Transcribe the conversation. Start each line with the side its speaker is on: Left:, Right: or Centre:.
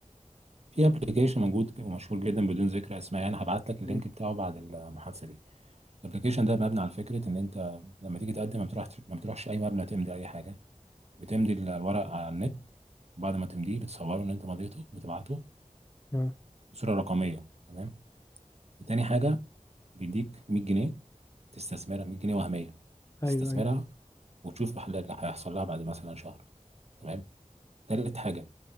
Right: في ابلكيشن موجود ومشهور جدا بدون ذكر اسماء يعني هبعت لك اللينك
Left: امم
Right: بتاعه بعد المحادثه دي الابلكيشن ده مبني على فكره ان انت لما تيجي تقدم ما بتروحش ما بتروحش اي مبنى تمضي اي حاجه بتمضي الورق على النت وبعد ما تمضيه بتصوره ان انت مضيته وتبعته
Left: اه
Right: بصوره رقميه تمام وتاني حاجه بيديك 100 جنيه تستثمرها 100 جنيه وهميه
Left: ايوه
Right: تستثمرها
Left: ايوه
Right: وتشوف بحل- اللي هيحصل لها بعد مثلا شهر تمام تالت حاجه